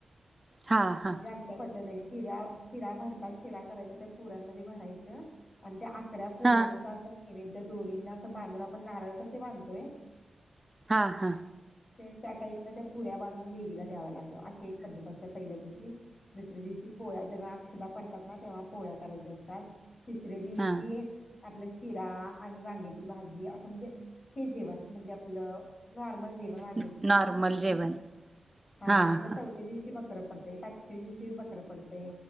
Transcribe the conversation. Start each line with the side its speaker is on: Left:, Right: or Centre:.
Right: हा हा
Left: म्हणजे आमच्या पद्धत हाय ती. शिरा भरता शिरा करायच त्या पुरांमध्ये भरायचं आणि त्या आत. या पुऱ्यांचा
Right: हा
Left: तर दोरींना असं बांधून आपण नारळ कसे बांधतोय.
Right: हा हा.
Left: त्या टाईप ना त्या पुऱ्या बांधून देवीला द्याव लागतात, अशी एक पद्धत असते पहिल्या दिवशी दुसऱ्या दिवशी पोळ्या जेव्हा अक्षता पडतात ना, तेव्हा पोळ्या करायच्या असतात. तिसऱ्या दिवशी.
Right: हा
Left: आपलं शिरा आणि वांग्याची भाजी असं म्हणजे हे जेवण म्हणजे आपलं नॉर्मल. जेवण वांग्याची
Right: नॉर्मल
Left: तेन भाजी,
Right: जेवण
Left: आणि
Right: हा
Left: मग
Right: हा
Left: चौथ्या दिवशी. बकर पडतय, पाचव्या दिवशी बकर पडतय,